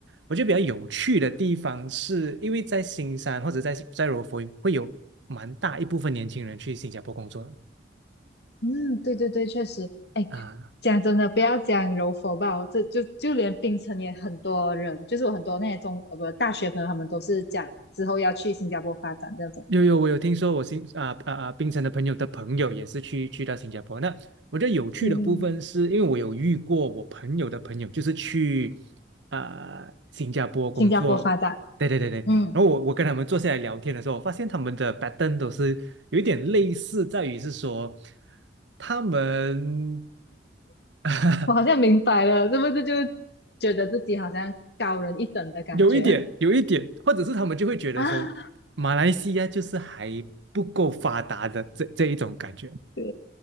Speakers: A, on the right; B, on the left.
A: 我觉得比较有趣的地方是，因为在新山或者在在柔佛会有蛮大一部分年轻人去新加坡工作
B: 嗯，对对对，确实，哎，
A: 啊、
B: 讲真的，不要讲柔佛吧，这就就连槟城也很多人，就是我很多那些中呃不大学朋友，他们都是讲之后要去新加坡发展这种，
A: 有有，我有听说我新啊啊啊，槟城的朋友的朋友也是去去到新加坡。那我觉得有趣的部分是，
B: 对，
A: 因为我有遇过我朋友的朋友，就是去啊、新加坡工作。
B: 新加坡发展，
A: 对对对对，
B: 嗯，
A: 然后我我跟他们坐下来聊天的时候，我发现他们的 pattern 都是有一点类似，在于是说他们 <laughs>
B: 我好像明白了，是不是就觉得自己好像高人一等的感觉
A: 有一点有一点，或者是他们就会觉得说马来西亚就是还不够发达的这这一种感觉。
B: <laughs> 啊对，